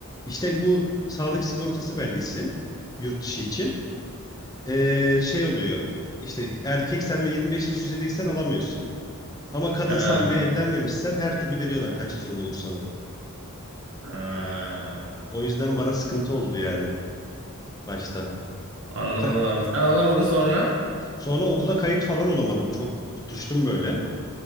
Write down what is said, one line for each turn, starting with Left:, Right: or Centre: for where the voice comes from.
Left: İşte bu sağlık sigortası belgesi yurt dışı için ee, şey oluyor. İşte erkeksen ve 25 yaş üzeriysen alamıyorsun. Ama kadınsan
Right: Ha,
Left: ve evlenmemişsen her türlü veriyorlar kaç yaşında olursan ol.
Right: ha.
Left: O yüzden bana sıkıntı oldu yani başta.
Right: Anladım
Left: Ka-
Right: abi. Sen alamadın sonra
Left: Sonra okula kayıt falan olamadım. Çok tutuştum böyle.